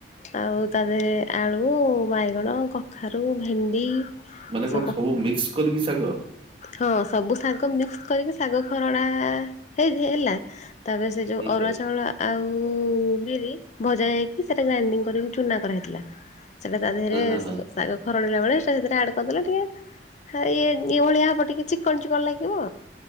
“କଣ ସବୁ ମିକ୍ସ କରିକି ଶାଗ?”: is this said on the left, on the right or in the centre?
Right